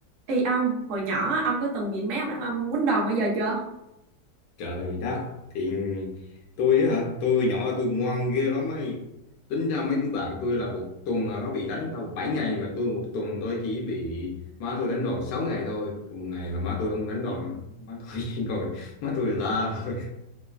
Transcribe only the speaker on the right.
Ê ông, hồi nhỏ ông có từng bị mấy ông đàn ông quýnh đòn bao giờ chưa?